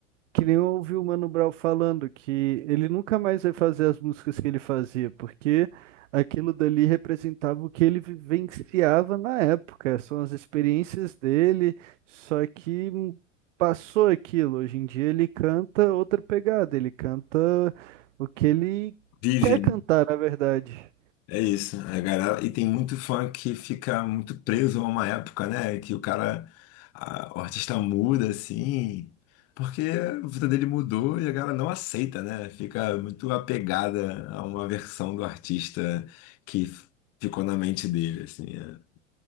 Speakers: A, on the right (about 75°); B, on the left (about 40°).
A: Que nem eu ouvi o Mano Brown falando que ele nunca mais vai fazer as músicas que ele fazia, porque aquilo dali representava o que ele vivenciava na época, são as experiências dele, só que hum, passou aquilo. Hoje em dia ele canta outra pegada, ele canta o que ele
B: vive,
A: quer
B: né?
A: cantar, na verdade.
B: É isso, a galera, e tem muito fã que fica muito preso a uma época, né? Que o cara, a- o artista muda assim, porque a vida dele mudou e a galera não aceita, né? Fica muito apegada a uma versão do artista que f- ficou na mente dele, assim. é.